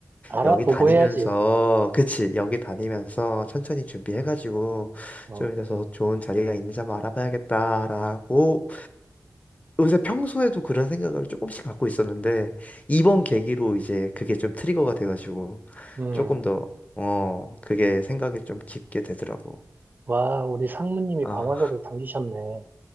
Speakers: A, on the right; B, on the left.
A: 알아보고
B: 여기 다니면서
A: 해야지.
B: 그치 여기 다니면서 천천히 준비해가지고
A: 어.
B: 좀 이제 더 좋은 자리가 있는지 한번 알아봐야겠다라고 요새 평소에도 그런 생각을 조금씩 갖고 있었는데 이번 계기로 이제 그게 좀 트리거가 돼가지고
A: 음,
B: 조금 더 어, 그게 생각이 좀 깊게 되더라고.
A: 와, 우리 상무님이
B: 아,
A: 방아쇠를 당기셨네.